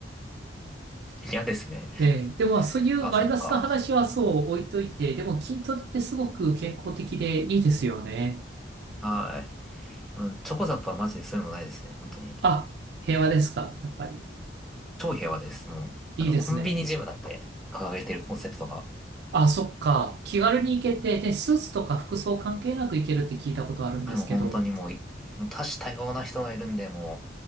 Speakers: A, in the centre; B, on the right.
A: 嫌ですね。
B: で、でもまあそういうマイナスな話はそう置いといて、
A: あ、そっか。
B: でも筋トレってすごく健康的でいいですよね。
A: はい。うん、チョコザップはマジでそういうのないですね、本当に。
B: あ、平和ですか、やっぱり。
A: 超平和です、もう。
B: いいですね。
A: なんかコンビニジムだって掲げてるコンセプトが。
B: あ、そっか。気軽に行けて、で、スーツとか服装関係なく行けるって聞いたことあるんですけど。
A: はい、もう本当にもうい、もう多種多様な人がいるんで、も